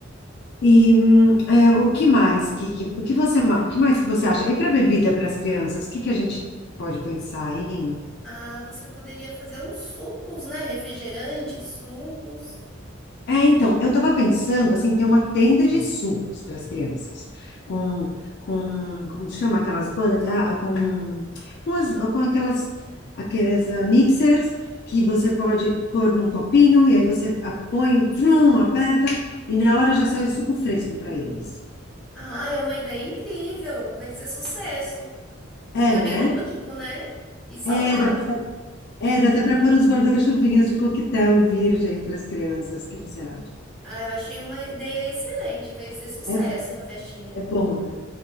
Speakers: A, on the left (about 55°); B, in the centre.
A: E hum, é, o que mais que, que, o que você, ma- o que mais que você acha? E para bebida para as crianças, o que que a gente pode pensar, hein?
B: Ah, você poderia fazer uns sucos, né? Refrigerantes, sucos.
A: É, então, eu estava pensando assim, ter uma tenda de sucos para as crianças, com, com, como chama aquelas bullet, ah, com, com, as, com aquelas, aqueles ah, mixers que você pode pôr num copinho e aí você a- põe, o trum, aperta e na hora já sai o suco fresco para eles.
B: Ah, é uma ideia incrível. Vai ser sucesso.
A: É,
B: Fica
A: né?
B: bem lúdico, né? E saudável.
A: É, dá, é, dá até para pôr uns guarda-chuvinhas de coquetel virgem para as crianças, o que você acha?
B: Ah, eu achei uma ideia excelente. Vai ser sucesso
A: É,
B: na festinha.
A: é bom, né?